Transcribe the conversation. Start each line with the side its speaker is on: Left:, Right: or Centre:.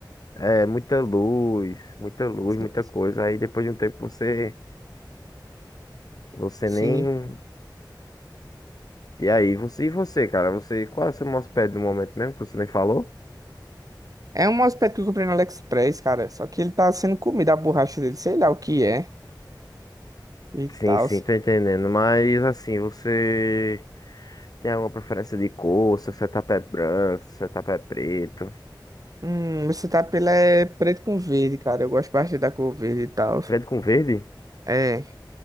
Left: É, muita luz, muita luz,
Right: Sim.
Left: muita coisa. Aí depois de um tempo você, você
Right: Sim.
Left: nem. E aí, você e você, cara? Você, qual é o seu mouse pad no momento mesmo que você nem falou?
Right: É um aspecto que eu comprei no AliExpress, cara. Só que ele tá sendo comida a borracha dele, sei lá o que é. E
Left: Sim,
Right: tal.
Left: sim, tô entendendo. Mas assim, você tem alguma preferência de cor? Seu setup é branco, seu setup é preto.
Right: Hum, você tá pela é preto com verde, cara. Eu gosto bastante da cor verde e tal.
Left: Preto com verde?
Right: É,